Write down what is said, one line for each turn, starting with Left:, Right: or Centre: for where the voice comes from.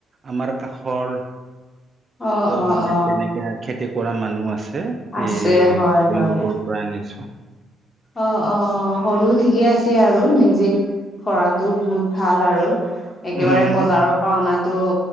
Right: আমাৰ কাষৰ
Left: অ অ
Right: মানে
Left: অ
Right: তেনেক খেতি কৰা মানুহ আছে সেই
Left: আছে হয়
Right: তেওঁলোকৰ
Left: হয়
Right: পৰা আনিছো।
Left: অ অ হ'লেও ঠিকে আছে আৰু নিজে কৰাতো বহুত ভাল আৰু একেবাৰে
Right: উম,
Left: বজাৰৰ পৰা অনা ত